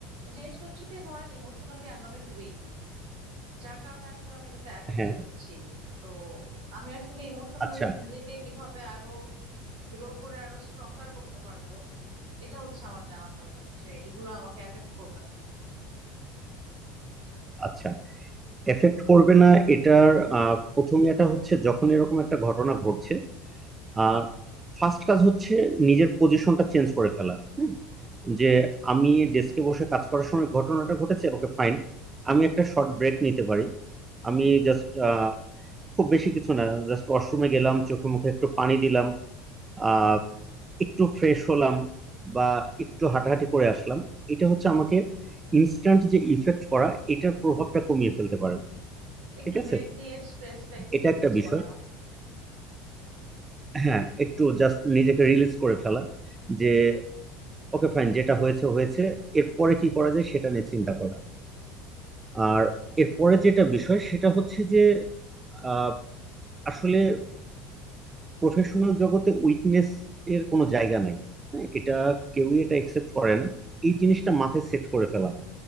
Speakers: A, on the right; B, on the right.
A: জিনিসটা হচ্ছে কি ধরেন ইমোশনালি আমি অনেক উইক যার কারণে আসলে আমি এটাতে অ্যাফেক্টেড
B: হ্যাঁ
A: হচ্ছি তো আমি আসলে ইমোশনালি
B: আচ্ছা
A: নিজেকে কিভাবে আরো গ্রো করে আরো স্ট্রঙ্গার করতে পারবো এটা হচ্ছে আমার জানা দরকার যে এগুলো আমাকে এফেক্ট করবে না
B: আচ্ছা এফেক্ট করবে না এটার আহ, প্রথম এটা হচ্ছে যখন এরকম একটা ঘটনা ঘটছে আহ ফার্স্ট কাজ হচ্ছে নিজের পজিশনটা চেঞ্জ করে ফেলা হুম, যে আমি ডেস্কে বসে কাজ করার সময় ঘটনাটা ঘটেছে ওকে ফাইন আমি একটা শর্ট ব্রেক নিতে পারি আমি জাস্ট খুব বেশি কিছু না জাস্ট ওয়াশরুমে গেলাম চোখে মুখে একটু পানি দিলাম আহ একটু ফ্রেশ হলাম বা একটু হাঁটাহাঁটি করে আসলাম এটা হচ্ছে আমাকে ইনস্ট্যান্ট যে ইফেক্ট করা এটার প্রভাবটা কমিয়ে ফেলতে পারে
A: একটু
B: ঠিক আছে
A: ব্রেক নিয়ে স্ট্রেসটা একটু
B: এটা
A: রিলিজ
B: একটা বিষয়
A: করা
B: হ্যাঁ একটু জাস্ট নিজেকে রিলিজ করে ফেলা যে ওকে ফাইন যেটা হয়েছে হয়েছে এরপরে কি করা যায় সেটা নিয়ে চিন্তা করা আর এরপরে যেটা বিষয় সেটা হচ্ছে যে আহ, আসলে প্রফেশনাল জগতে উইকনেস এর কোনো জায়গা নাই হ্যাঁ, এটা কেউই এটা একসেপ্ট করে না এই জিনিসটা মাথায় সেট করে ফেলা